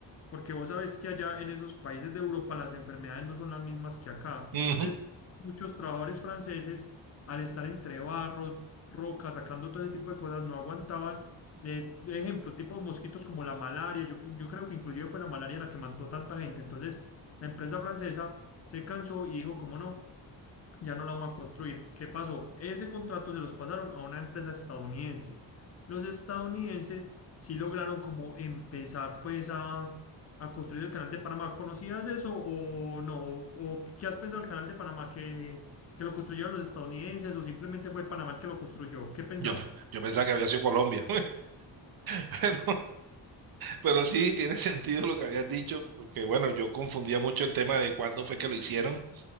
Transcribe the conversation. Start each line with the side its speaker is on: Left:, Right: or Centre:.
Left: porque vos sabés que allá en esos países de Europa las enfermedades no son las mismas que acá. Entonces,
Right: Ujú.
Left: muchos trabajadores franceses, al estar entre barro, rocas, sacando todo ese tipo de cosas, no aguantaban. De, de ejemplo, tipo mosquitos como la malaria. Yo, yo creo que inclusive fue la malaria la que mató tanta gente. Entonces, la empresa francesa se cansó y dijo, ¿cómo no? ya no la vamos a construir. ¿Qué pasó? Ese contrato se los pasaron a una empresa estadounidense. Los estadounidenses sí lograron como empezar pues a, a construir el canal de Panamá. ¿Conocías eso o no? ¿O qué has pensado del canal de Panamá que, que lo construyeron los estadounidenses o simplemente fue Panamá el que lo construyó? ¿Qué pensás?
Right: Yo, pe- yo pensaba que había sido Colombia, <laughs> pero, pero sí tiene sentido lo que habías dicho, porque bueno, yo confundía mucho el tema de cuándo fue que lo hicieron.